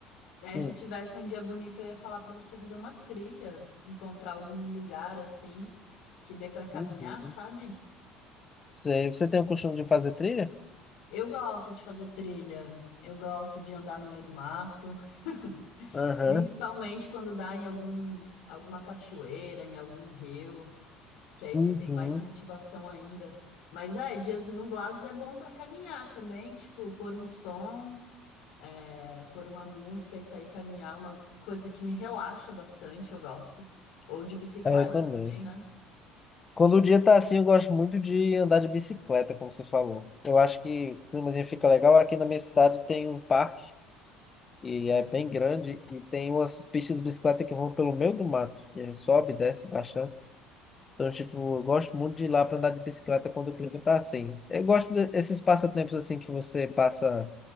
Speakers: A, on the left; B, on the left.
A: É,
B: hum,
A: se tivesse um dia bonito, eu ia falar pra você fazer uma trilha, encontrar algum lugar assim que dê pra caminhar,
B: Uhum.
A: sabe?
B: Sei. Você tem o costume de fazer trilha?
A: Eu gosto de fazer trilha, eu gosto de andar no meio do mato, <laughs>
B: Aham.
A: principalmente quando dá em algum alguma cachoeira, em algum rio, porque aí
B: Uhum.
A: você tem mais motivação ainda. Mas é, dias nublados é bom pra caminhar também, tipo, pôr um som. é, pôr uma música e sair caminhar, uma coisa que me relaxa bastante, eu gosto. Ou de bicicleta
B: É, eu também.
A: também, né?
B: Quando o dia tá assim, eu gosto muito de andar de bicicleta, como você falou. Eu acho que o climazinho fica legal. Aqui na minha cidade tem um parque, e é bem grande, e tem umas pistas de bicicleta que vão pelo meio do mato. E aí sobe, desce, baixando. Então, tipo, eu gosto muito de ir lá pra andar de bicicleta quando o clima tá assim. Eu gosto desses passatempos assim que você passa.